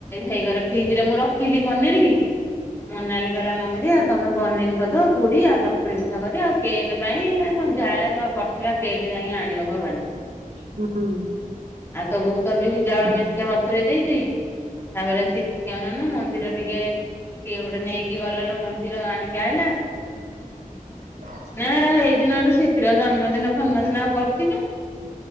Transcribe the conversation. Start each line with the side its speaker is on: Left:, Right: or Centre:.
Left: ହେଇଘରେ ଫ୍ରିଜ୍ ରେ ମୁ ରଖିଥିଲି ପନିର ମୋନାଲି କହିଲା ମମି ଦେଇ ତମେ ପନିର କରିଦବ। ପୁରୀ ଆଳୁଚପ ଚକୁଳି ପିଠା କରିବା ଆଉ କେକ୍ ପାଇଁ ସନ୍ଧ୍ୟାବେଳେ ପଠେଇବା କେକ୍ ଯାଇ ଆଣିବ ଭବାନୀ।
Right: ହୁଁ
Left: ଆଉ ତ ବୋଉ ତ ବିରି ଚାଉଳ ମେଞ୍ଚେ ବତରେଇ ଦେଇଛି ତାପରେ ସିପିକୁ ଅନଉନୁ ମନ୍ଦିର ଟିକେ କିିଏ ଗୋଟେ ନେଇକି ଗଲାଲୋ ମନ୍ଦିର ଆଣିକି ଆଇଲା
Right: କୁ ଉ ଉ ଭୋ
Left: ନା ନା ସେଇ ଦିନ ଠୁ ସିପିର ଜନ୍ମଦିନ ଫନ୍ମଦିନ ଆଉ କରୁଚି କି ମୁଁ।